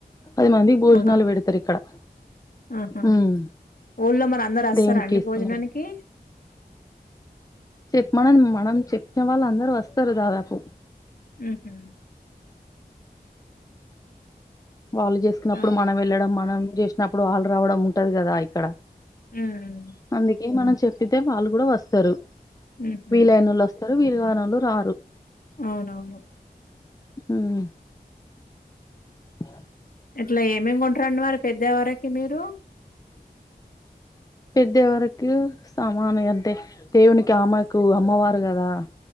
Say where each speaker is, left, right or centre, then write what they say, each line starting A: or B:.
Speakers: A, on the left (about 20°); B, on the left (about 60°).
A: పది మందికి భోజనాలు
B: అవునా
A: పెడతరు ఇక్కడ
B: ఆహా
A: ఉమ్
B: ఊళ్ళో మరి అందరు వస్తారా
A: దేవునికి
B: అండి
A: వేసుకున్నారు
B: భోజనానికి
A: చెప్ప మనన్ మనం చెప్పిన వాళ్ళు అందరు వస్తారు దాదాపు
B: మ్మ్ హు
A: వాళ్ళు చేసుకున్నప్పుడు
B: ఆ
A: మనం వెళ్ళడం మనం చే కున్నప్పుడు వాళ్ళు రావడం ఉంటది కదా ఇక్కడ
B: ఉమ్
A: అందుకే మనం చెప్ ప్పితే వాళ్ళు కూడా వస్తారు,
B: ఉహు
A: వీలైన వాళ్ళు వస్తారు వీళ్లు గానోళ్లు రారు.
B: అవునవును
A: హ్మ్ అ
B: ఇట్లా ఏమేమి కొంటారండి మరి పెద్దెవరకి మీరు
A: పెద్దెవరకు సామాను ఇగ అంతే దేవునికి ఆమ్మకు అమ్మవారు కదా